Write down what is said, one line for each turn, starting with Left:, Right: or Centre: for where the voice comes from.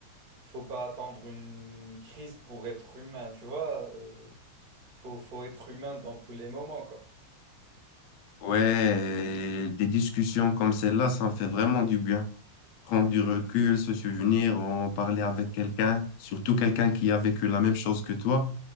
Right: Faut pas attendre une crise pour être humain, tu vois. euh, Faut, faut être humain dans tous les moments, quoi.
Left: Ouais, et des discussions comme celle-là, ça en fait vraiment du bien. prendre du recul, se souvenir, en parler avec quelqu'un, surtout quelqu'un qui a vécu la même chose que toi,